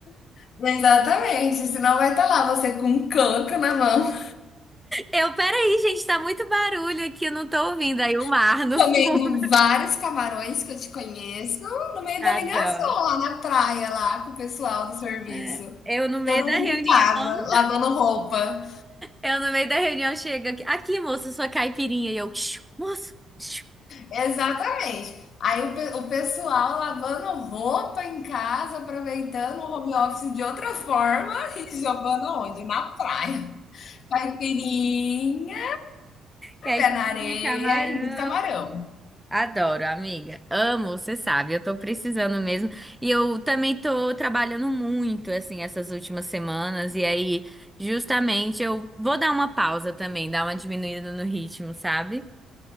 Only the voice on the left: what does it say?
<laughs> Exatamente, senão vai estar lá você com um canto na mão,
<laughs>
comendo
vários camarões que eu te conheço, no meio
da ligação
lá na praia, lá com o pessoal do serviço.
Todo
mundo
em casa, lavando roupa.
Exatamente. Aí o, pe- o pessoal lavando roupa em casa, aproveitando o home office de outra forma <laughs> e jogando onde? Na praia. Caipirinha,
pé na areia
e muito camarão.